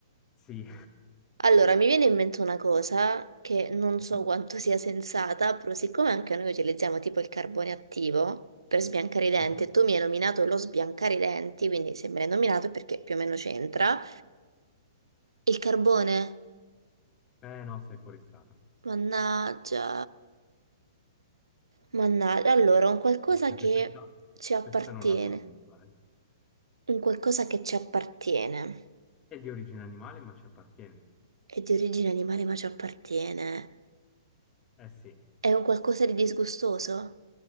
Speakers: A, on the left (about 25°); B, on the right (about 80°).
A: Sì.
B: Allora, mi viene in mente una cosa che non
A: Mhm,
B: so quanto sia sensata, però siccome anche noi utilizziamo tipo il carbone attivo per sbiancare i denti,
A: mhm.
B: e tu mi hai nominato lo sbiancare i denti, quindi se me l'hai nominato è perché più o meno c'entra, il carbone,
A: Eh no, sei fuori strada.
B: mannaggia, mannaggia, allora, un qualcosa
A: Perché
B: che
A: questa,
B: ci appartiene,
A: questa non la sa, mi pare.
B: un qualcosa che ci appartiene,
A: È di origine animale, ma ci appartiene.
B: è di origine animale ma ci appartiene,
A: Eh sì,
B: è un qualcosa di disgustoso?